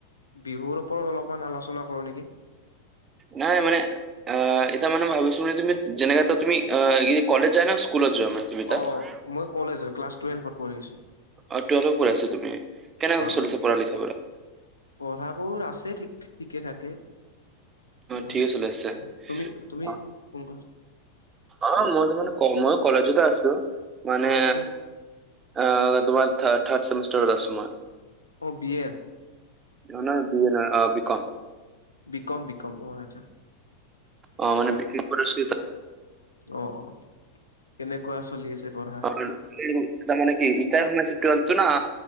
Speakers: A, on the left (about 85°); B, on the right (about 25°).
A: বিহুৰ ওপৰত অলপমান আলোচনা কৰোঁ নেকি।
B: নাই মানে এ এতিয়া মানে ভাবিছো মানে তুমি যেনেকে এ তুমি, কলেজ যোৱা নে স্কুলত যোৱা মানে তুমি? <unintelligible>
A: অ মই কলেজৰ, ক্লাছ টুৱেল্ভত পঢ়িছো।
B: অ টুৱেলভ পঢ় আছো তুমি, কেনেকৈ চলি
A: অ
B: আছে পঢ়া লিখা পৰা?
A: পঢ়াবোৰ আছে ঠিক ঠিকে থাকে। অ
B: ঠিকে চলি আছে।
A: তুমি তুমি
B: অ',
A: কোন কলেজ।
B: অ মই তো মানে ক মই কলেজত আছো মানে।
A: অ কোন
B: অ তোমাৰ থৰ্ড চেমিষ্টাৰত আছো মই।
A: অ বি এ,
B: নহয় নহয় অ B com,
A: B com B com অ আচ্ছা।
B: অ মানে বিক্ৰী কৰিছিলোঁ ত,
A: অ অ কেনেকুৱা চলি আছে। পঢ়া?
B: <unintelligible> এটা মানে কি ইটা সময় কমাইছো টোৱেলভ টো ন আ